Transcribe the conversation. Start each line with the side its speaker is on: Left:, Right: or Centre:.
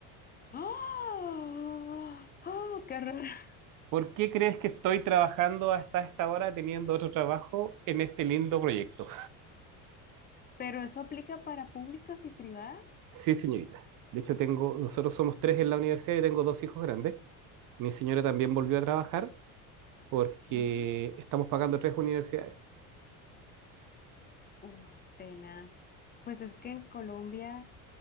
Left: ¡Ah! ¡Oh, qué horror! <laughs>
Right: ¿Por qué crees que estoy trabajando hasta esta hora teniendo otro trabajo en este lindo proyecto?
Left: ¿Pero eso aplica para públicas y privadas?
Right: Sí, señorita. De hecho, tengo, nosotros somos tres en la universidad y tengo dos hijos grandes. Mi señora también volvió a trabajar porque
Left: Ujú.
Right: estamos pagando tres universidades.
Left: Uf, tenaz. Pues es que en Colombia...